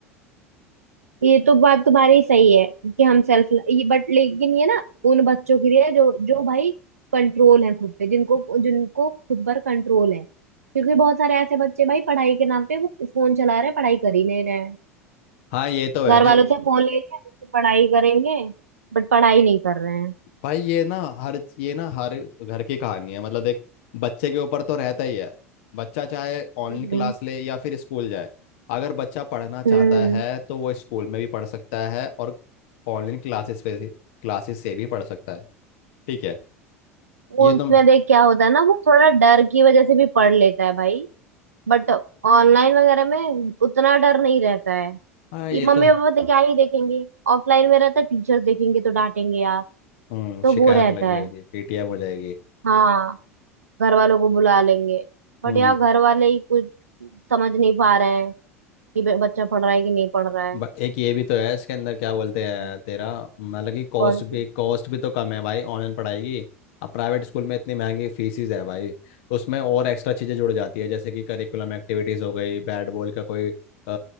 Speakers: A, on the right (about 80°); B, on the left (about 60°).
A: ये तो बात तुम्हारी सही है कि हम सेल्फ ये बट लेकिन ये ना उन बच्चों के लिए जो जो भाई कंट्रोल है खुद पे जिनको जिनको खुद पर कंट्रोल है क्योंकि बहुत सारे ऐसे बच्चे भाई पढ़ाई के नाम पे वो फोन चला रहे हैं पढ़ाई कर ही नहीं रहे हैं
B: हाँ ये तो है
A: घर
B: देखिए
A: वालों से फोन ले लिया कि पढ़ाई करेंगे बट पढ़ाई नहीं कर रहे हैं
B: भाई ये ना हर ये ना हर घर की कहानी है मतलब देख बच्चे के ऊपर तो रहता ही है बच्चा चाहे ऑनलाइन
A: हम्म
B: क्लास
A: हम्म
B: ले या फिर स्कूल जाए अगर बच्चा पढ़ना चाहता
A: हम्म।
B: है तो वो स्कूल में भी पढ़ सकता है और ऑनलाइन क्लासेस पे क्लासेस से भी पढ़ सकता है ठीक है
A: वो
B: ये
A: उसमें
B: तुम
A: देख क्या होता है ना वो थोड़ा डर की वजह से भी पढ़ लेता है भाई बट ऑनलाइन वगैरह में उतना डर नहीं रहता है
B: हाँ
A: कि
B: ये
A: मम्मी
B: तो
A: पापा तो क्या ही देखेंगे ऑफलाइन में रहता है टीचर देखेंगे तो डांटेंगे यार
B: हम्म
A: तो
B: शिकायत
A: वो रहता
B: लग जाएगी
A: है
B: पीटीएम हो जाएगी
A: हाँ घर वालों को बुला लेंगे बट
B: हम्म
A: यार घर वाले ही कुछ समझ नहीं पा रहे हैं कि बे- बच्चा पढ़ रहा है कि नहीं पढ़ रहा है
B: ब- एक ये भी तो है इसके अंदर क्या बोलते हैं
A: पता नहीं
B: तेरा मतलब कि कॉस्ट
A: कौन सी
B: भी कॉस्ट भी तो कम है भाई ऑनलाइन पढ़ाई की अब प्राइवेट स्कूल में इतनी महंगी फीसिस है भाई उसमें और एक्स्ट्रा चीज़ें जुड़ जाती है जैसे कि करिकुलम एक्टिविटीज़ हो गई बैट बॉल का कोई अ,